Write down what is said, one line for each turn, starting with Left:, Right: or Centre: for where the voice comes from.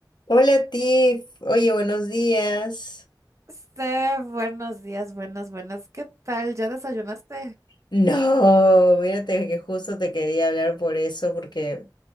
Left: Hola Tiff, oye, buenos días.
Right: Steph, buenos días, buenas, buenas. ¿Qué tal? ¿Ya desayunaste?
Left: No, mírate que justo te quería hablar por eso, porque